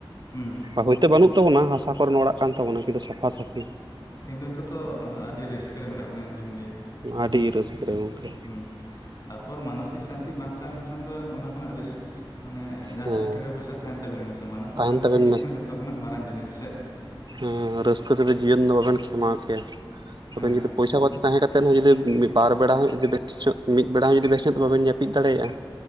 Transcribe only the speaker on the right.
<unintelligible> ᱛᱮ ᱵᱟᱹᱱᱩᱜ ᱛᱟᱵᱚᱱᱟ ᱦᱟᱥᱟ ᱠᱚᱨᱮᱱ ᱚᱲᱟᱜ ᱠᱟᱱ ᱛᱟᱵᱚᱱᱟ ᱠᱤᱱᱛᱩ ᱥᱟᱯᱷᱟ ᱥᱟᱹᱯᱤ᱾
ᱟᱹᱰᱤ ᱨᱟᱹᱥᱠᱟᱹ ᱨᱮ ᱜᱚᱝᱠᱮ᱾
ᱦᱮᱸ
ᱛᱟᱦᱮᱱ
ᱛᱟᱵᱮᱱ
ᱦᱮ ᱨᱟᱹᱥᱠᱟᱹ ᱛᱮᱫᱚ ᱡᱤᱭᱚᱱ ᱫᱚ ᱵᱟᱵᱮᱱ ᱠᱷᱮᱢᱟᱣ ᱠᱮᱭᱟ᱾
ᱟᱵᱮᱱ ᱡᱩᱫᱤ ᱯᱚᱭᱥᱟ ᱯᱟᱛᱤ ᱛᱟᱦᱮᱸ ᱠᱟᱛᱮ ᱠᱟᱛᱮᱫ ᱦᱚᱸ ᱡᱩᱫᱤ ᱢᱤᱫ ᱵᱟᱨ ᱵᱮᱲᱟ ᱦᱚᱸ ᱡᱩᱫᱤ ᱵᱮᱥᱚᱜ ᱧᱚᱜ ᱢᱤᱫ ᱵᱮᱲᱟ ᱦᱚᱸ ᱡᱩ ᱵᱮᱥ ᱧᱚᱜ ᱛᱮ ᱵᱟᱵᱮᱱ ᱡᱟᱹᱯᱤᱫ ᱫᱟᱲᱮᱭᱟᱜᱼᱟ᱾